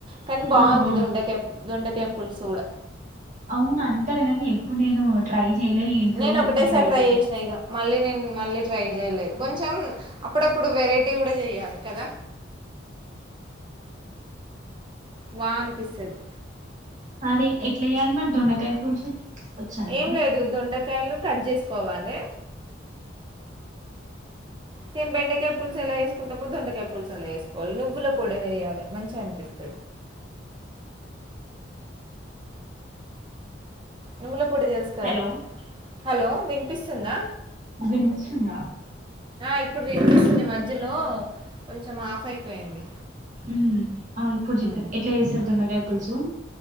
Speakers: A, on the right; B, on the right.
A: కానీ బాగుంది
B: ఆ ఆ
A: దొండకాయ్ దొండకాయ పులుసు కూడా
B: అవును అంటారు గాని ఎప్పుడు నేను ట్రై చేయలే ఈ ఇంట్లో
A: నేను
B: కూడా
A: ఒకటేసారి
B: ఎప్పుడు ట్రై చెయ్యలే
A: చేసిన ఇగ మళ్ళీ నేను మళ్ళీ ట్రై చేయలేదు కొంచెం అప్పుడప్పుడు వెరైటీ కూడా చెయాలి కదా
B: ఆ
A: వా అనిపిస్తది
B: అదే ఎట్ల చేయల్ మరి దోండాకాయ పులుసు వచ్చా నీకు
A: ఏం లేదు దొండకాయలు కట్ చేసుకోవాలి సేమ్ బెండకాయ పులుసు ఎలా చేసుకుంటమో దొండకాయ పులుసు అలా చేసుకోవాలి నువ్వుల పొడి వేయాలి మంచిగా అనిపిస్తుంది
B: <inaudible>
A: నువ్వుల పొడి తెలుసు కదా
B: హలో
A: హలో వినిపిస్తుందా
B: వినిపిస్తుందా
A: ఆ ఇప్పుడు వినిపిస్తుంది మధ్యలో కొంచెం ఆఫ్ అయిపోయింది
B: ఉమ్ ఆ ఇప్పుడు చెప్పండి
A: ఉమ్
B: ఎట్లా చేస్తారు దొండకాయ పులుసు